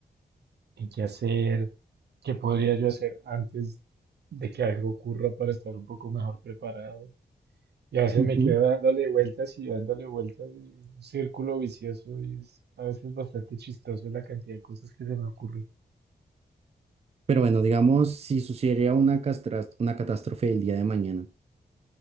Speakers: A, on the right; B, on the right.
A: en qué hacer, qué podría yo hacer antes de que algo ocurra para estar un poco mejor preparado. Y a veces
B: Ujú.
A: me quedo dándole vueltas y dándole vueltas, y un círculo vicioso y es a veces bastante chistoso la cantidad de cosas que se me ocurren.
B: Pero bueno, digamos, si sucediera una, castra- una catástrofe el día de mañana,